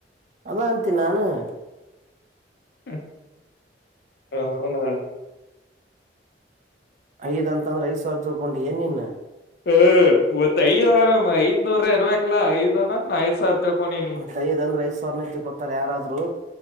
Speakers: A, on the right (about 40°); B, on the left (about 60°).
A: ಅಲ್ಲಾ ಅಂತ ನಾನು. -
B: ಹ <inaudible> ಹಾ ಹ <unintelligible>
A: ಐದ್ ಅಂದ್ರೆ ಐದ ಸಾವಿರ ತಳ್ಕೊಂಡು ಏನಿನ್. -
B: ಹ ಇವತ್ತ ಐದ್ ಐದ್ನೂರ ಅನ್ಬೇಕಕ್ಲ್ಲಾ. ಐದ್ನ ಐದ್ ಸಾವಿರ ತಿಳ್ಕೊಂಡಿನಿ.
A: ಮತ್ತೈದ್ ಅಂದ್ರ ಐದ್ ಸಾವಿರನ ತಿಳ್ಕೊತಾರ ಯಾರಾದ್ರು